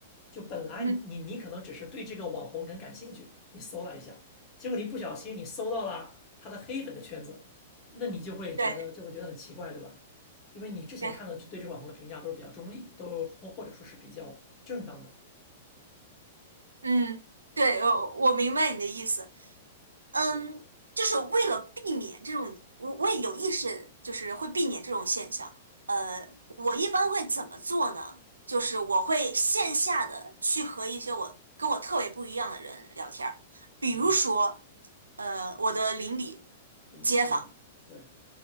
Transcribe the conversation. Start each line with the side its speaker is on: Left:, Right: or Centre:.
Left: 就本来你你可能只是对这个网红很感兴趣，
Right: 嗯，
Left: 你搜了一下，结果你不小心你搜到了他的黑粉的圈子，那你就会觉得就会觉得很奇怪，
Right: 对
Left: 对吧？因为你之前看到对这个网红的评价都是比较中立，
Right: 对，
Left: 都或或者说是比较正当的。
Right: 嗯，对，我我明白你的意思。嗯，
Left: 对，
Right: 就是为了避免这种，我我也有意识，就是会避免这种现象。呃，我一般会怎么做呢？就是我会线下的去和一些我跟我特别不一样的人聊天儿，比如说，
Left: 嗯，
Right: 呃，我的邻里、
Left: 另类，
Right: 街坊。
Left: 嗯，对，